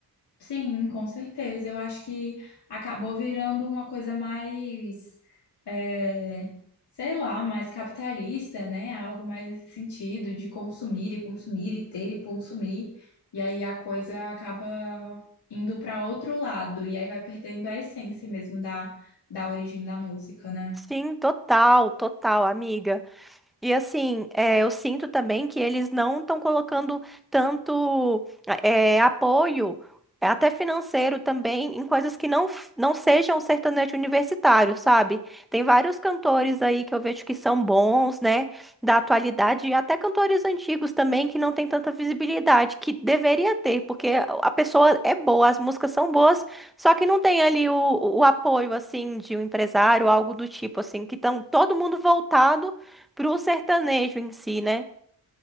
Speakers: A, on the left; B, in the centre.
A: Sim, com certeza. Eu acho que acabou virando uma coisa mais, é, sei lá, mais capitalista, né? Algo mais nesse sentido de consumir e consumir e ter e consumir. E aí a coisa acaba indo para outro lado. E aí vai perdendo a essência mesmo da, da origem da música, né?
B: Sim, total, total, amiga. E assim, eh, eu sinto também que eles não estão colocando tanto eh, eh, apoio, eh, até financeiro também, em coisas que não, f- não sejam sertanejo universitário, sabe? Tem vários cantores aí que eu vejo que são bons, né, da atualidade, e até cantores antigos também que não têm tanta visibilidade, que deveria ter, porque a pessoa é boa, as músicas são boas, só que não tem ali o, o apoio, assim, de um empresário, algo do tipo, assim, que estão todo mundo voltado Pro sertanejo em si, né?